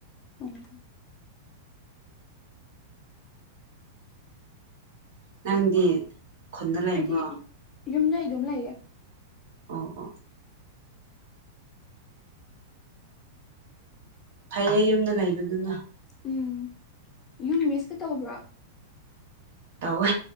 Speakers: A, on the left; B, on the right.
A: ꯑꫭ
B: ꯅꯪꯗꯤ ꯈꯨꯟꯗ ꯂꯩꯕ꯭ꯔꯣ
A: ꯑꯩꯗꯤ
B: ꯑꯣ
A: ꯌꯨꯝꯗꯩ ꯑꯗꯨꯝ ꯂꯩꯌꯦ
B: ꯑꯣ ꯑꯣ ꯐꯩꯌꯦ ꯌꯨꯝꯗ ꯂꯩꯕꯗꯨꯅ
A: ꯎꯝ ꯌꯨꯝ ꯃꯤꯁꯇ ꯇꯧꯕ꯭ꯔꯥ
B: ꯇꯧꯋꯥ